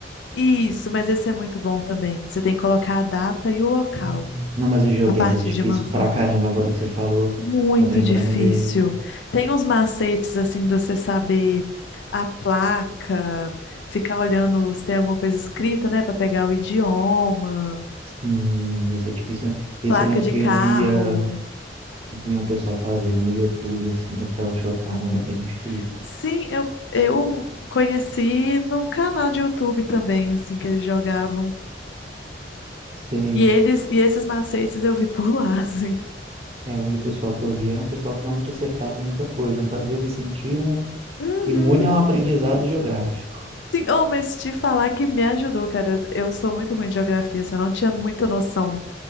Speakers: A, on the left; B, on the right.
A: Isso, mas esse é muito bom também. Você tem que colocar a data e o local
B: Isso. Não, mas o joguei,
A: a partir
B: é é difícil
A: de uma foto.
B: pra caramba agora que você falou.
A: Muito
B: Tô lembrando
A: difícil.
B: dele.
A: Tem uns macetes assim de você saber a placa, ficar olhando se tem alguma coisa escrita, né, para pegar o idioma.
B: Sim, esse é difícil, mas esse
A: placa
B: eu lembro
A: de
B: que
A: carro.
B: eu via, via um pessoal fazendo no YouTube, assim, eu ficava chocado,
A: Isso.
B: era bem difícil.
A: Sim, eu, eu conheci no canal de YouTube também, assim, que eles jogavam.
B: Sei,
A: E eles e esses macetes eu vi por lá, <laughs> assim.
B: é, hoje o pessoal que eu via era um pessoal que normalmente acertava muita coisa, fazia eu me sentir um,
A: Uhum.
B: imune ao aprendizado geográfico.
A: Sim, oh, mas te falar que me ajudou, cara. Eu sou muito ruim de geografia, assim, eu não tinha muita noção